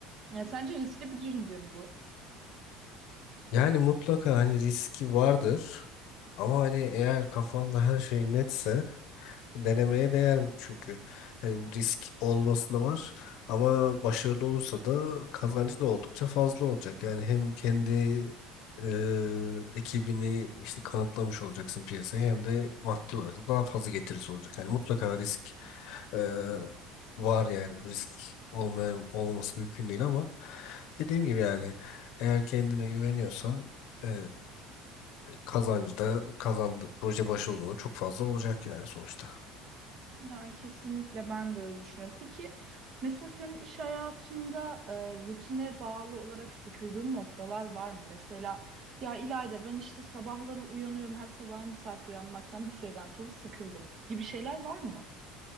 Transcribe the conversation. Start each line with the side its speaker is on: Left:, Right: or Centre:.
Right: Ya sence riskli bir düşünce mi bu?
Left: Yani mutlaka hani riski vardır. Ama hani eğer kafanda her şey netse Denemeye değer çünkü. Yani risk olmasına var ama başarılı olursa da kazancı da oldukça fazla olacak. Yani hem kendi e, ekibini işte kanıtlamış olacaksın piyasaya hem de maddi olarak da daha fazla getirisi olacak. Yani mutlaka risk e, var yani. Bu risk olmayan, olmaması mümkün değil ama dediğim gibi yani eğer kendine güveniyorsan e, kazancı da kazandı proje başarılı olduğunda çok fazla olacak yani sonuçta.
Right: Yani kesinlikle ben de öyle düşünüyorum. Peki mesela senin iş hayatında e, rutine bağlı olarak sıkıldığın noktalar var mı? Mesela ya İlayda ben işte sabahları uyanıyorum her sabah aynı saatte uyanmaktan bir süreden sonra sıkıldım gibi şeyler var mı?